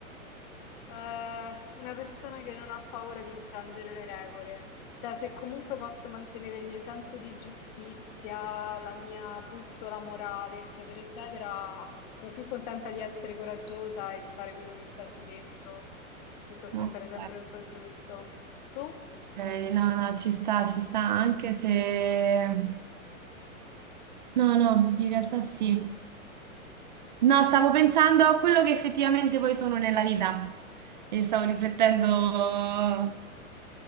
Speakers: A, on the left; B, on the right.
A: Eh, una persona che non ha paura di infrangere le regole. Cioè, se comunque posso mantenere il mio senso di giustizia, la mia bussola morale, eccetera, eccetera, sono più contenta di essere coraggiosa e di fare quello che sento dentro, piuttosto
B: Ok,
A: che fare sempre tutto giusto. Tu?
B: Ok, no, no, ci sta, ci sta, anche se... No, no, in realtà sì. No, stavo pensando a quello che effettivamente poi sono nella vita e stavo riflettendo